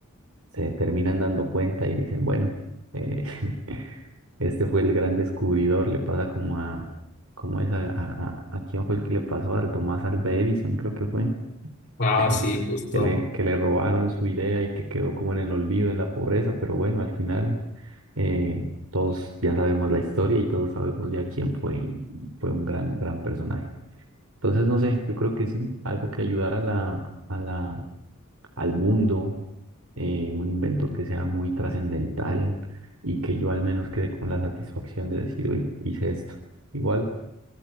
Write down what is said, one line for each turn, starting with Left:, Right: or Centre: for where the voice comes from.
Right: se terminan dando cuenta y dicen, bueno, eh, <laughs> este fue el gran descubridor. Le pasa como a, ¿cómo es? A, a, a- ¿a quién fue el que le pasó? Al Tomás Alva Edison, creo que fue.
Left: Ah,
Right: Ujú.
Left: sí, justo.
Right: que le, que le robaron su idea y que quedó como en el olvido, en la pobreza, pero bueno, al final eh, todos ya sabemos la historia y todos sabemos ya quién fue y, y fue un gran, gran personaje. Entonces, no sé, yo creo que sí, algo que ayudara a la, a la, al mundo, eh, un invento que sea muy trascendental y que yo al menos quede con la satisfacción de decir, hoy hice esto. Igual